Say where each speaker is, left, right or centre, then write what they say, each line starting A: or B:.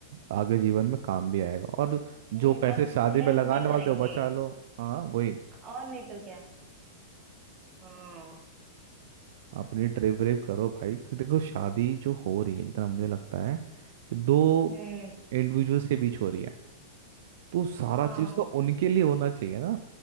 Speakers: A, on the right (about 50°); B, on the right (about 15°).
A: आगे जीवन में काम भी आएगा और जो
B: हम्म,
A: पैसे
B: और
A: शादी
B: हेल्प
A: में लगाने
B: भी
A: वाले
B: करेंगे
A: थे वो बचा लो हाँ वही
B: और नहीं तो क्या हाँ
A: अपनी ट्रिप व्रिप करो भाई क्योंकि देखो शादी जो हो रही है जितना मुझे लगता है कि दो
B: हम्म
A: इंडिविजुअल्स के बीच हो रही है तो सारा
B: हाँ
A: चीज तो उनके लिए होना चाहिए ना